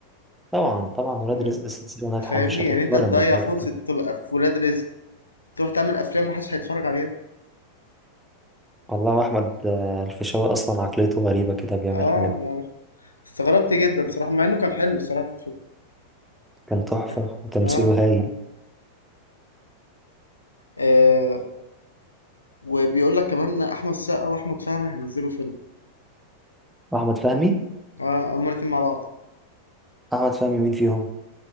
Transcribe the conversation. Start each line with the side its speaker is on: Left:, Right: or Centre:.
Centre: طبعا طبعا ولاد
Left: ف-
Centre: رزق سلسلة ناجحة
Left: فاهمني
Centre: مش هتتقارن
Left: يعني انت تضيع
Centre: بالحاجات
Left: فرصة
Centre: دي
Left: تبقى في ولاد رزق تروح تعمل افلام محدش هيتفرج عليها
Centre: والله احمد آه، الفيشاوي اصلا عقليته غريبة كده بيعمل
Left: اه
Centre: حاجات
Left: استغربت جدا صراحة مع انه كان حلو الصراحة في الفيلم
Centre: كان تحفة
Left: يعني
Centre: وتمثيله
Left: اه,
Centre: هايل
Left: آه. وبيقول لك كمان احمد السقا واحمد فهمي هينزلوا فيلم
Centre: أحمد فهمي
Left: اه هما الاتنين مع بعض
Centre: أحمد فهمي مين فيهم؟